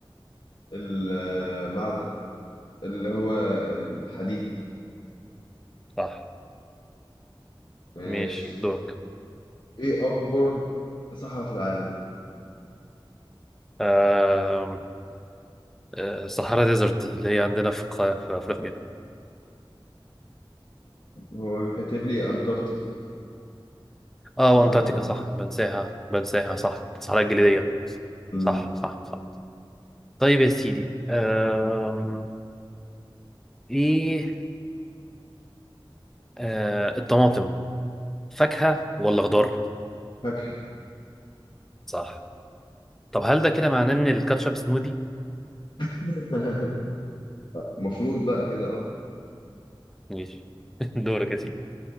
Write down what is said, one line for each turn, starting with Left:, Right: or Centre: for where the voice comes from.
Left: المعدن اللي هو الحديد
Centre: صح
Left: ماشي
Centre: ماشي دورك
Left: ايه اكبر صحراء في العالم
Centre: آم، آه، صحراء ديزرت اللي هي عندنا في قا- في أفريقيا
Left: هو كاتب لي انتاركتيك
Centre: اه
Left: صحراء
Centre: وأنتاركتيكا
Left: الانتاركتيك
Centre: صح بنساها بنساها صح الصحراء الجليدية
Left: أمم،
Centre: صح صح صح طيب يا سيدي آم، ايه آه، الطماطم فاكهة ولا خضار
Left: فاكهة
Centre: صح طب هل ده كده معناه ان الكاتشب سموذي
Left: <laughs> المفروض بقى كده اه
Centre: ماشي <laughs> دورك يا سيدي